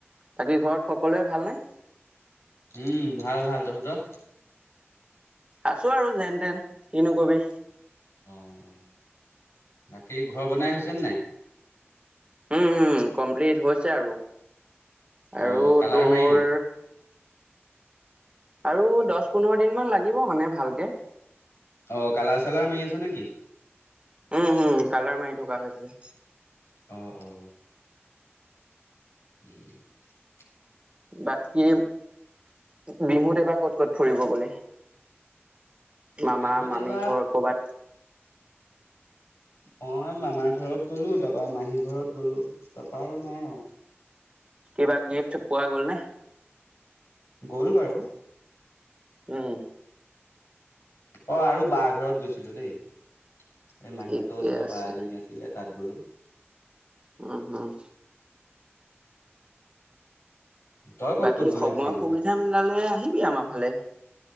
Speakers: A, on the right; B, on the left.
A: বাকী ঘৰত সকলোৱে ভালনে
B: উম ভাল ভাল তহঁতৰ
A: আছো আৰু যেন তেন কিনো কবি
B: অ অ বাকী ঘৰ বনাই হৈছেনে নাই
A: উম, উম কমপ্লিট হৈছে আৰু আৰু
B: অ কালাৰ
A: তোৰ
B: মাৰিলি
A: আৰু দহ পোন্ধৰ দিন মান লাগিব মানে ভালকে
B: অ কালাৰ চালাৰ মাৰি আছ নেকি?
A: উম হুম কালাৰ মাৰি থকা হৈছে।
B: অঁ অঁ। <unintelligible>
A: বাকী বিহুত এবাৰ ক'ত ক'ত ফুৰিব গলি? মামা
B: বিহুত
A: মামী
B: এবাৰ
A: ঘৰ কৰ'বাত
B: মই মামাৰ ঘৰত গ'লোঁ তাৰপা মাহীৰ ঘৰত গ'লোঁ তাৰপা আৰু নাই আৰু
A: কিবা গিফ্ট পোৱা গ'ল নে
B: গ'ল বাৰু
A: উম
B: অ আৰু বা ঘৰত গৈছিলো দেই। এই মাহীহঁতৰ
A: ঠিকে
B: ওচৰ
A: আছে
B: বা এজনী আছিলে তাত গ'লোঁ।
A: উম উম।
B: তই ক'ত
A: বাকী
B: ক'ত গ'লি
A: সময়
B: ফুৰিবলে?
A: সুবিধা মিলালে আহিবি আমাৰ ফালে